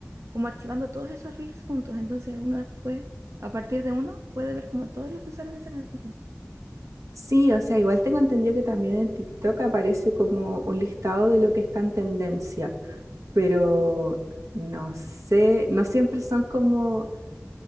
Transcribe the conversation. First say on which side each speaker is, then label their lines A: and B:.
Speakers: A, on the right; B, on the right.
A: como archivando todos esos reels juntos. Entonces uno después, a partir de uno, puede ver como todos los que usaron esa canción.
B: Sí, o sea, igual tengo entendido que también en TikTok aparece como un listado de lo que está en tendencia, pero no sé, no siempre son como